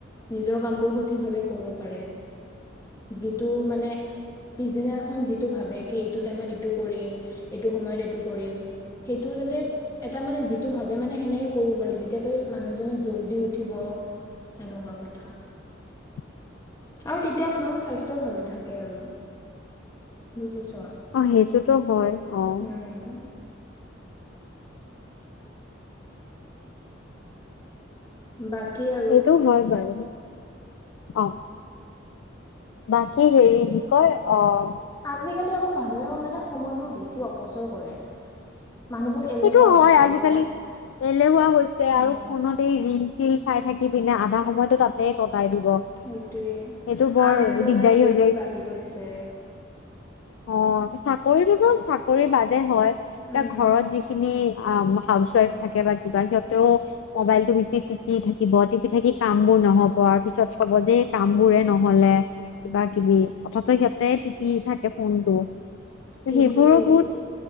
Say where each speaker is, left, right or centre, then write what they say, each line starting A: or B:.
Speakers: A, on the left; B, on the left.
A: নিজৰ কামবোৰ সঠিকভাৱে কৰিব পাৰে যিটো মানে পিছদিনাখন যিটো ভাবে কি এইটো টাইমত এইটো কৰিম এইটো সময়ত এইটো কৰিম সেইটো যাতে এটা মানে যিটো ভাবে মানে সেনেকে কৰিব পাৰি যেতিয়া তই মানুহজনে জল দি উঠিব এনেকুৱা ক
B: <inaudible>
A: আৰু তেতিয়া মানুহৰ স্বাস্থ্যও ভালে থাকে আৰু বুজিছ
B: অ সেইটোতো হয়
A: উম
B: অ
A: বাকী আৰু
B: এইটোও হয় বাৰু অ বাকী হেৰি কি কয় অহ
A: আজিকালি আকৌ মানুহেও মানে সময়বোৰ বেছি অপচয় কৰে মানুহবোৰ এলেহুৱা
B: সেইটো
A: হৈ
B: হয়
A: গৈছে
B: আজিকালি
A: যে
B: এলেহুৱা হৈছে আৰু
A: অ
B: ফোনতে এই ৰিল চিল চাই থাকি ইপিনে আধা সময়তো তাতে কটাই দিব
A: সেইটোৱেই
B: সেইটো বৰ
A: আনএমপ্লয়মেণ্ট
B: দিগদাৰী হৈ
A: বেছি
B: যায়
A: বাঢ়ি গৈছে
B: অ চাকৰিটোতো চাকৰি বাদে হয় এ
A: উম
B: ঘৰত যিখিনি আ হাউছ উৱাইফ থাকে বা কিবা সিহঁতেও মোবাইলটো বেছি টিপি থাকিব টিপি থাকি কা কাম বোৰ নহব আৰু পিছত কব যে এই কাম বোৰে নহলে কিবা কিবি অথচ' সিহঁতে টিপি থাকে ফোনটো
A: সেইটোৱেই
B: সেইবোৰো বহুত